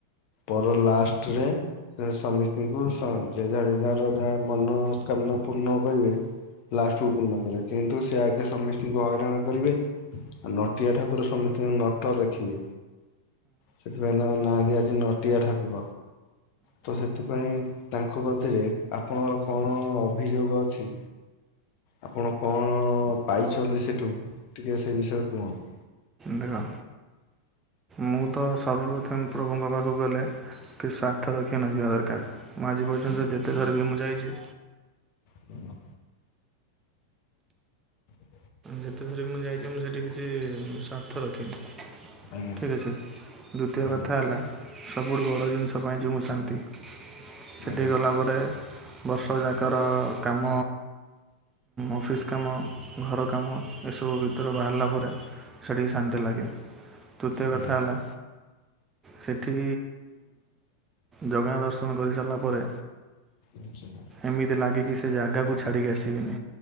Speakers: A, on the left; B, on the right.
A: ପର ଲାଷ୍ଟରେ ଏ ସମିସ୍ତିଙ୍କୁ ଯେଝା ଯେଝାର ଯା ମନସ୍କାମନା ପୂର୍ଣ୍ଣ କରିବେ। ଲାଷ୍ଟକୁ ପୂର୍ଣ୍ଣ କରିବ, କିନ୍ତୁ ସେ ଆଗେ ସମସ୍ତିଙ୍କୁ ହଇରାଣ କରିବେ। ନଟିଆ ଠାକୁର ସମି <unintelligible> ନଟ ଦେଖିବେ। ସେଥିପାଇଁ ତାଙ୍କ ନାଁ ଦିଆଯାଇଚି ନଟିଆ ଠାକୁର। ତ ସେଥିପାଇଁ ତାଙ୍କ କତିରେ ଆ ପଣରଙ୍କର କଣ ଅଭିଯୋଗ ଅଛି। ଆପଣ କଣ ପାଇଚନ୍ତି ସେଠୁ ଟିକେ ସେ ବିଷୟରେ କୁହନ୍ତ।
B: ଦେଖ ମୁଁ ତ ସର୍ବପ୍ରଥମେ ପ୍ରଭୁଙ୍କ ପାଖକୁ ଗଲେ କିଛି ସ୍ୱାର୍ଥ ରଖିବା ନ ଯିବା ଦରକାର। ମୁଁ ଆଜି ପର୍ଯ୍ୟନ୍ତ ଯେତେ ଧର ବିି ମୁଁ ଯାଇଚି।
A: ହୁଁ <inaudible>
B: ଯେତେଥରେ ମୁଁ ଯାଇଛି ମୁଁ ସେଇଠି କିଛି ସ୍ୱାର୍ଥ ରଖିନି।
A: ଆଜ୍ଞା
B: ଠିକ ଅଛି ଦ୍ବିତୀୟ
A: ଆଜ୍ଞା
B: କଥା ହେଲା, ସବୁଠୁ ବଡ଼ ଜିନିଷ ପାଇଛି ମୁଁ ଶାନ୍ତି ସେଠିକି
A: ଆଜ୍ଞା
B: ଗଲା ପରେ ବର୍ଷ ଯାକର କାମ ଅଫିସ୍ କାମ ଘର କାମ ଏସବୁ ଭିତରୁ ବାହାରିଲା ପରେ ସେଠିକି ଶାନ୍ତି ଲାଗେ ତୃତୀୟ କଥା
A: ଆଜ୍ଞା
B: ହେଲା ସେଠି ଜଗା ଦର୍ଶନ କରିସାରିଲା ପରେ
A: ନିଶ୍ଚିନ୍ତ
B: ଏମିତି ଲାଗେ କି ସେ ଜାଗାକୁ ଛାଡ଼ିକି ଆସିବିନି